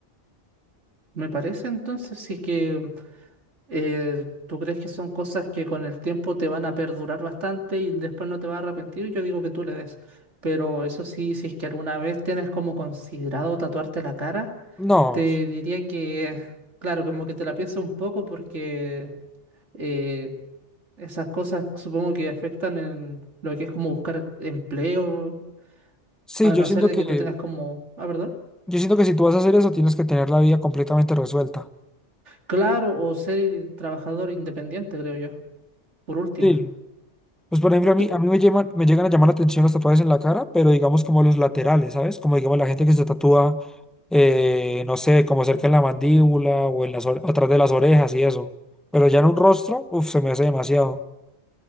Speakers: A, on the right; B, in the centre.
A: Me parece entonces, sí que eh, ¿tú crees que son cosas que con el tiempo te van a perdurar bastante y después no te vas a arrepentir? Yo digo que tú le des. Pero eso sí, si es que alguna vez tienes como considerado tatuarte la cara,
B: No,
A: te diría que, claro, como que te la pienses un poco porque eh, esas cosas supongo que afectan en lo que es como buscar empleo,
B: sí,
A: a
B: yo
A: no
B: siento
A: ser de
B: que,
A: que tú tengas como, ah, perdón,
B: yo siento que si tú vas a hacer eso, tienes que tener la vida completamente resuelta.
A: claro, o ser trabajador independiente, creo yo, por último.
B: Sí. Pues por ejemplo, a mí,
A: ¿Tú,
B: a mí me llaman, me llegan a llamar la atención los tatuajes en la cara, pero digamos como los laterales, ¿sabes? Como digamos la gente que se tatúa, eh, no sé, como cerca en la mandíbula o en las, ore- atrás de las orejas y eso. Pero ya en un rostro, uff, se me hace demasiado.